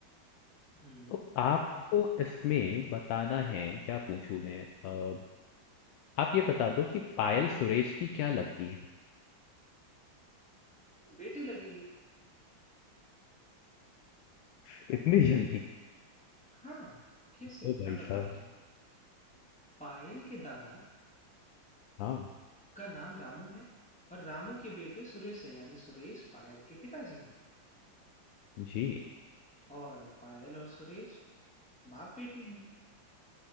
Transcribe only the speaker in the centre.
हम्म
बेटी लगेंगी
हाँ कैसे
मैं बताता
हूँ पायल के दादा
का नाम रामू है और रामू के बेटे सुरेश है यानी सुरेश पायल के पिताजी हैं
और पायल और सुरेश बाप बेटी हैं